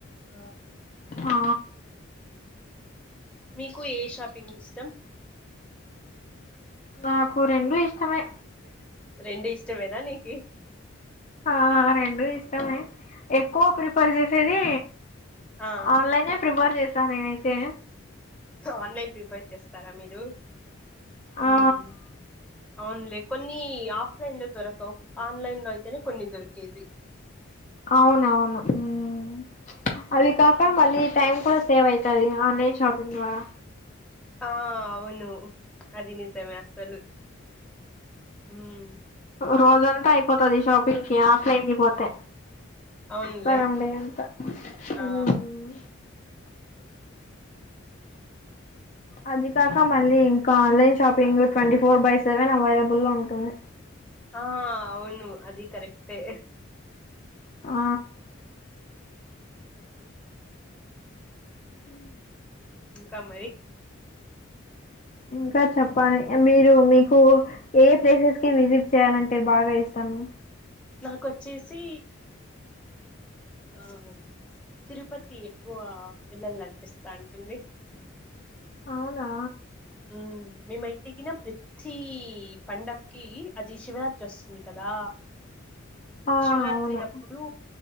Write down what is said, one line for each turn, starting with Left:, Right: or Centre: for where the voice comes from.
Centre: ఆ
Left: ఆ
Centre: మీకు ఏ షాపింగ్ ఇష్టం
Left: నాకు రెండు ఇష్టమే
Centre: రెండు ఇష్టమేనా నీకు
Left: ఆ రెండు ఇష్టమే ఎక్కువ ప్రిఫర్ చేసేది
Centre: ఆ
Left: ఆన్లైనే ప్రిపేర్ చేశా నేనైతే
Centre: ఆన్లైన్ ప్రిఫేర్ చేస్తారా మీరు
Left: ఆ
Centre: ఉమ్ అవున్లే కొన్ని ఆఫ్లైన్ లో దొరకవు ఆన్లైనే అయితేనే కొన్ని దొరికేది
Left: అవును అవును ఉమ్ అవి కాక మళ్ళీ టైమ్ కూడా సేవ్ అవుతుంది ఆన్లైన్ షాపింగ్ ద్వారా
Centre: ఆ అవును అది నిజమే అసలు ఉమ్
Left: రోజంతా అయిపోతుది షాపింగ్ కి ఆఫ్లైన్ కి పోతే
Centre: అవునులే
Left: సగం డే అంతా
Centre: ఆ
Left: మ్ అది కాక మళ్ళీ ఇంకా online shopping twenty four by seven available లో ఉంటుంది
Centre: ఆ అవును అది కరెక్ట్ టె
Left: ఆ
Centre: ఉహు
Left: ఉమ్
Centre: ఇంకా మరి
Left: ఇంకా చెప్పాలి మీరు మీకు ఏ ప్లేసెస్ కి విజిట్ చేయ్యాలంటే బాగా ఇష్టము
Centre: నాకు వచ్చేసి ఆహా తిరుపతి ఎక్కువ వెళ్ళాలి అనిపిస్తా ఉంటుంది
Left: అవునా
Centre: ఉమ్ మేమైతేగాన ప్రతి పండగ కి అది శివరాత్రి వస్తుంది కదా
Left: ఆ
Centre: శివరాత్రి
Left: అవును
Centre: అప్పు డు